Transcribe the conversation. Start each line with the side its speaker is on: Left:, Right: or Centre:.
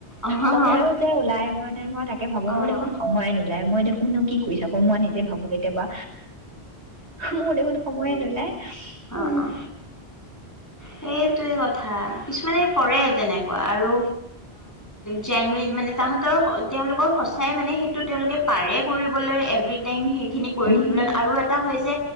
Left: অ', অ',
Right: সময়ো যে ওলাই মানে মই নাই মই তাকে ভাবো
Left: অ',
Right: মোৰ দেখোন অই নোলাই মই দেখো মইনো কি কৰি থাকো মই নিজে ভাবো কেতিয়াবা মোৰ দেখোন সময়ে নোলাই
Left: অ', অ',
Right: উ
Left: অ'। সেইটোৱে কথা কিছুমানে কৰে তেনেকুৱা আৰু জেনুৱন মানে তাহাতৰ তেওঁলোকৰ সঁচাই মানে সেইটো তেওঁলোকে পাৰে কৰিবলৈ ৰিতেন সেই খিনি কৰিব
Right: উম
Left: লাগে আৰু এটা হৈছে